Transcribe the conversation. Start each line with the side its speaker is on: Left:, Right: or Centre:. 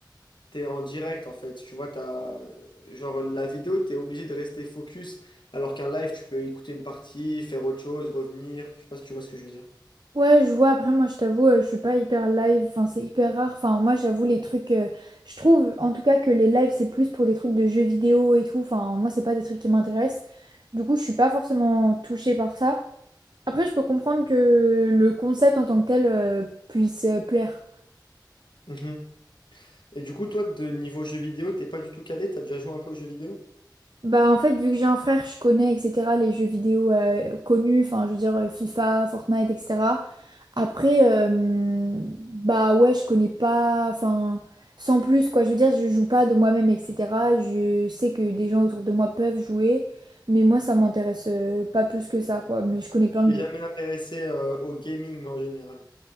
Left: t'es en direct, en fait. Tu vois, t'as, genre, la vidéo, t'es obligé de rester focus. Alors qu'un live, tu peux écouter une partie, faire autre chose, revenir. Je sais pas si tu vois ce que je veux
Right: Ouais, je vois. Après, moi, je t'avoue, euh, je suis pas hyper live. Enfin, c'est hyper rare. Enfin, moi, j'avoue, les trucs. euh, je trouve, en tout cas, que les lives, c'est plus pour des trucs de jeux vidéo et tout. Enfin, moi, c'est pas des trucs qui m'intéressent. Du coup, je suis pas forcément touchée par ça. Après, je peux comprendre que le concept en tant que tel, euh, puisse euh, plaire.
Left: dire. Et du coup, toi, de niveau jeux vidéo, t'es pas du tout calé, t'as déjà joué un peu aux jeux vidéo?
Right: Bah en fait, vu que j'ai un frère, je connais, etc., les jeux vidéo euh, connus, enfin je veux dire euh, FIFA, Fortnite, etc. Après, euh, bah ouais, je connais pas, enfin sans plus quoi, je veux dire, je joue pas de moi-même, etc. Je sais que des gens autour de moi peuvent jouer, mais moi ça m'intéresse euh, pas plus que ça quoi, mais je connais plein de
Left: T'es
Right: jeux.
Left: jamais intéressé euh, au gaming en général.